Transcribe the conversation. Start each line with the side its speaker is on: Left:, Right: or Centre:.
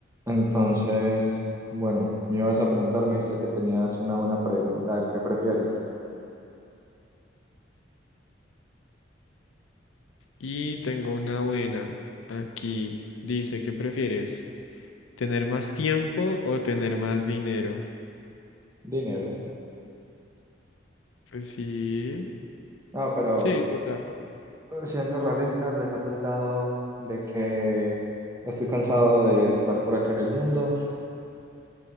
Right: Entonces, bueno, me ibas a preguntar, me dijiste que tenías una buena pregunta, ¿el qué prefieres?
Left: Y tengo una buena. Aquí dice, ¿qué prefieres? ¿Tener más tiempo o tener más dinero?
Right: Dinero.
Left: Pues sí,
Right: No, pero
Left: sí, total.
Right: eh, siendo realistas dejando a un lado de que estoy cansado de estar por acá en el mundo,